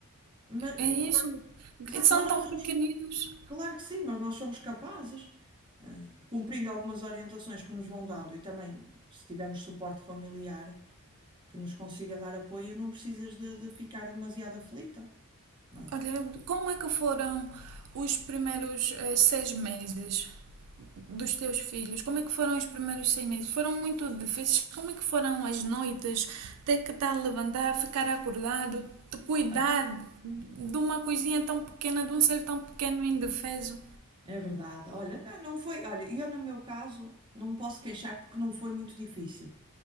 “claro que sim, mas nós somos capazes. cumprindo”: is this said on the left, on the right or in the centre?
Right